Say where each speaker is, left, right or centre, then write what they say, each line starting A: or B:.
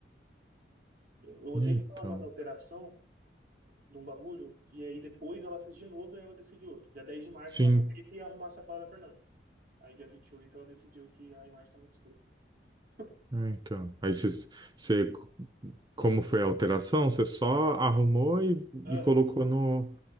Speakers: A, on the right (about 50°); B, on the right (about 25°).
A: Eu, eu odeio
B: Então.
A: quando ela manda alteração de um bagulho, e aí depois ela assiste de novo e ela decide outro. Dia 10 de março
B: Sim.
A: ela tem que arrumar essa fala da Fernanda. Aí dia 28 ela decidiu que a imagem tá muito escura. <laughs>
B: É, então. Aí você, como foi a alteração, você só arrumou e,
A: Aham.
B: e colocou no